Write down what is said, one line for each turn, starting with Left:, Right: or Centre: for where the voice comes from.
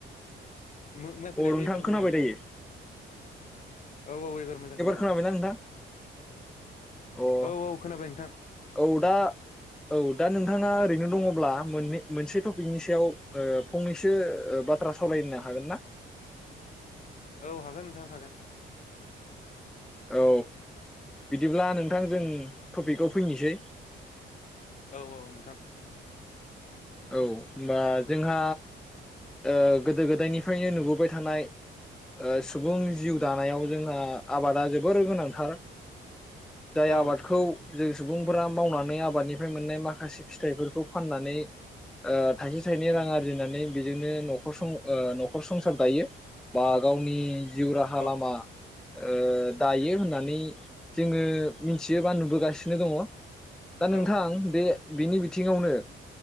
Left: मो
Centre: अ
Left: मो खोनायाखै
Centre: नोंथां
Left: एबार
Centre: खोनाबाय
Left: बुंलाय नोंथां।
Centre: दायो
Left: औ औ एबार मोजां खोनाबाय
Centre: खोनाबायना नोंथां अ
Left: औ औ खोनाबाय नोंथां।
Centre: औ दा औ दा नोंथाङा ओरैनो दङब्ला मोनै मोनसे ओ टपिकनि सायाव फंनैसो बाथ्रा सावरायनो हागोन ना?
Left: औ हागोन नोंथां हागोन
Centre: औ बिदिब्ला नों थां जों टपिकआव फैनोसै।
Left: औ औ नोंथां
Centre: औ होमबा जोंहा ओ गोदो गोदायनिफ्रायनो नुबोबाय थानाय ओ सु बुं जिउ दानायाव जोंहा आबादा जोबोर गोनांथार। जाय
Left: औ
Centre: आबादखौ जों सुबुंफोरा मावनानै आबादनि फ्राय मोननाय माखासे फिथाइफोरखौ फाननानै ओ थाइसे थाइनै रां आरजिनानै बेजोंनो न'खर न'खर ओ संसार दायो बा गावनि जिउ राहा
Left: औ
Centre: लामा ओ दायो होननानै जोङो मिथियोबा नुबोगासिनो दङ। दा
Left: औ
Centre: नोंथां बे बिनि बिथिङावनो